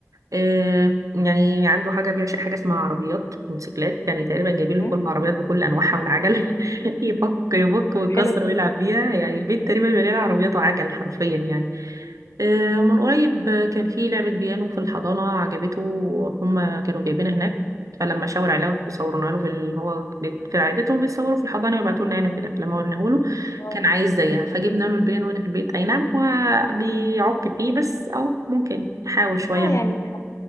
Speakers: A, on the right; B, on the left.
A: آه، يعني عنده حاجة بيعشق حاجة اسمها عربيات موتوسيكلات يعني تقريبا جايبين
B: مم.
A: له كل العربيات بكل أنواعها والعجل <laughs> يفك يفك ويكسر
B: حلو
A: ويلعب بيها يعني البيت تقريبا مليان عربيات وعجل حرفيا يعني آه، من قريب كان في لعبة بيانو في الحضانة عجبته هما كانوا جايبينها هناك فلما شاور عليه وصورنا له في ال... هو بيت- في عادتهم بيصوروا في الحضانه ويبعتوا لنا هنا كده فلما ورناه له
B: اه
A: كان عايز زيها فجبنا له البيان وانا في البيت اي نعم هو بيعك فيه بس او ممكن يحاول شويه معانا
B: يعني